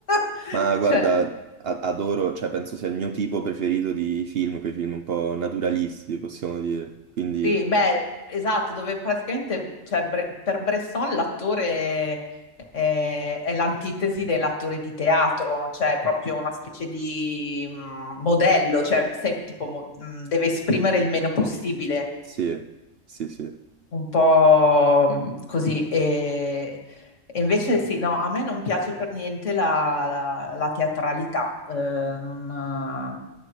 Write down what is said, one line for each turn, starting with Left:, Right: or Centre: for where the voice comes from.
Left: <laughs>
Right: Ma guarda,
Left: cioè...
Right: a- adoro, cioè penso sia il mio tipo preferito di film, quei film un po' naturalisti, possiamo dire. Quindi
Left: Sì, beh, esatto, dove praticamente, cioè, Bre- per Bresson l'attore è, è l'antitesi dell'attore di teatro, cioè è proprio una specie di mm, modello, cioè se, tipo, mo- mm, deve esprimere il meno possibile
Right: sì, sì, sì.
Left: un po' mh, così. E, e invece sì, no, a me non piace per niente la, la- la teatralità. eh, non,